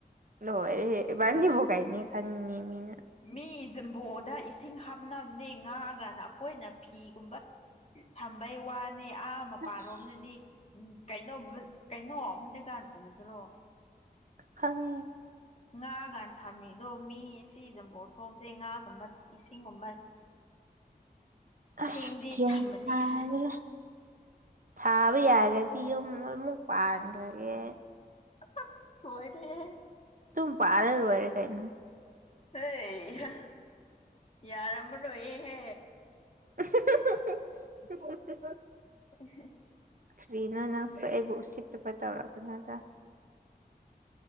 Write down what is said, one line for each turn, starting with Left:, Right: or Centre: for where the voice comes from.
Right: ꯂꯣꯏꯔꯦꯍꯦ ꯏꯕꯥꯟꯅꯤꯕꯨ ꯀꯩꯅꯦ ꯈꯟꯅꯤ ꯃꯤꯅ
Left: ꯃꯤ ꯕꯤꯝꯕꯣꯗ ꯏꯁꯤꯡ ꯍꯥꯞꯅꯕꯅꯦ ꯉꯥꯒꯅ ꯑꯩꯈꯣꯏꯅ ꯐꯤꯒꯨꯝꯕ ꯊꯝꯕꯩ ꯋꯥꯅꯤ ꯑꯥ ꯃꯄꯥꯟꯔꯣꯝꯗꯗꯤ
Right: ꯑꯁ
Left: ꯎꯝ ꯀꯩꯅꯣ ꯀꯩꯅꯣ ꯑꯃꯗꯀꯥꯟ ꯎꯗ꯭ꯔꯣ
Right: ꯈꯪ
Left: ꯉꯥꯒꯥ ꯊꯝꯃꯤꯗꯣ ꯃꯤ ꯁꯤ ꯖꯞꯕꯣꯜꯊꯣꯡꯁꯦ ꯉꯥꯒꯨꯝꯕ ꯏꯁꯤꯡꯒꯨꯝꯕ
Right: ꯑꯁ
Left: ꯁꯦꯡꯗꯤ
Right: ꯒꯌꯥꯟ
Left: ꯊꯝꯕꯅꯤ
Right: ꯇꯗꯥꯔꯥ
Left: ꯍꯥꯏ
Right: ꯊꯥꯕ ꯌꯥꯔꯛ ꯇꯤ ꯌꯨꯝ ꯑꯃꯨꯛ ꯄꯥꯟꯈ꯭ꯔꯒꯦ
Left: ꯑꯁ ꯂꯣꯏꯔꯦꯍꯦ
Right: ꯨꯌꯨꯝ ꯄꯥꯜꯂ ꯂꯣꯏꯔꯦ ꯀꯩꯏꯅꯣ
Left: ꯍꯩ ꯍꯥ ꯌꯥꯔꯝꯃꯥꯔꯣꯏꯍꯦ
Right: <unintelligible>
Left: <unintelligible>
Right: ꯀ꯭ꯔꯤꯅ ꯅꯪꯁꯨ ꯑꯩꯕꯨ ꯎꯁꯤꯠꯇꯨꯕ ꯇꯧꯔꯛꯒꯅꯣꯗ